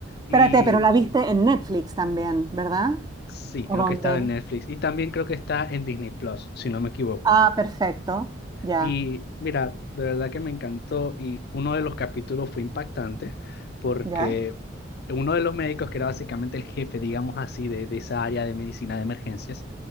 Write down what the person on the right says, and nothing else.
Espérate,
pero la viste en Netflix también, ¿verdad?
¿O
dónde?
Ah, perfecto. Ya,
ya.